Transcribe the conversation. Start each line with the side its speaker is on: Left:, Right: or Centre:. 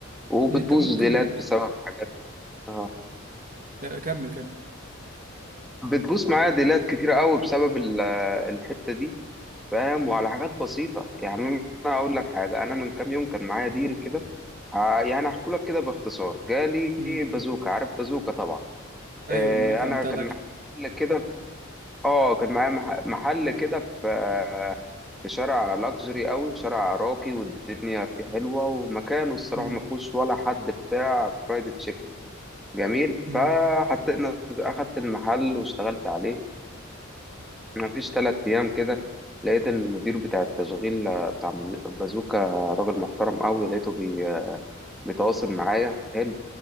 Centre: وبتبوظ
Right: يعني انت ممكن
Centre: ديلات بسبب حاجات اه
Right: آه، كمل كمل
Centre: بتبوظ معايا ديلات كتيرة قوي بسبب ال- آه، الحتة دي فاهم وعلى حاجات بسيطة يعني أنا أقول لك حاجة أنا من كام يوم كان معايا ديل كده ه- يعني أحكي لك كده باختصار جالي
Right: امم
Centre: بازوكا عارف بازوكا طبعا
Right: ايوه
Centre: آه،
Right: المطعم
Centre: أنا
Right: بتاع
Centre: كان
Right: الاكل
Centre: معايا محل كده آه كان معايا مح- محل كده في آه، في شارع لاكجري قوي شارع راقي والدنيا فيه حلوه ومكانه الصراحه
Right: امم
Centre: ما فيهوش ولا حد بتاع فرايد تشيكن جميل
Right: امم
Centre: فحطينا اخدت المحل واشتغلت عليه ما فيش ثلاث ايام كده لقيت إن المدير بتاع التشغيل آه، بتاع مد- بازوكا راجل محترم قوي لقيته بي- بيتواصل معايا حلو